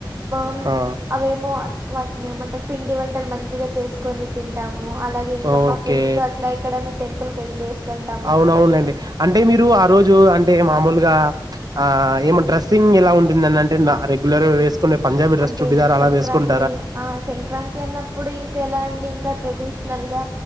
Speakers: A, on the right; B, on the right.
A: బమ్
B: ఆ!
A: అవేమో వాటిని ఏమంటారు పిండి వంటలు మంచిగా చేసుకుని తింటాము అలాగే ఇంకా
B: ఓకే.
A: మా ఫ్రెండ్స్ తో అట్లా ఎక్కడైనా టెంపుల్ కి వెళ్ళి వేస్తుంటాము
B: అవునవునులేండి. అంటే మీరు ఆ రోజు అంటే మామూలుగా ఆ ఏమో డ్రెస్సింగ్ ఎలా ఉంటుందని అంటే నా రెగ్ బుల్లెరా వేసుకొని పంజాబీ డ్రెస్
A: అంటే
B: చుడిదార్ అలా
A: సంక్రాంతి
B: వేసుకొని
A: అది ఆ సంక్రాంతి అన్నప్పుడు ఇంకా ఎలా అండి ఇంకా ట్రెడిషనల్గా